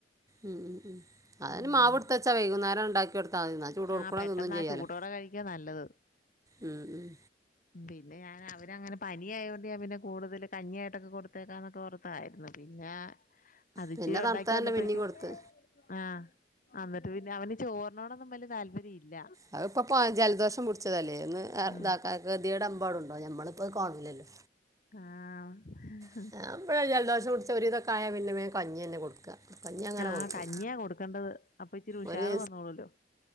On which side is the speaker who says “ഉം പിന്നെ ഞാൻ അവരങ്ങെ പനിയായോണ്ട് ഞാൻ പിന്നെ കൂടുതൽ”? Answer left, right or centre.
Left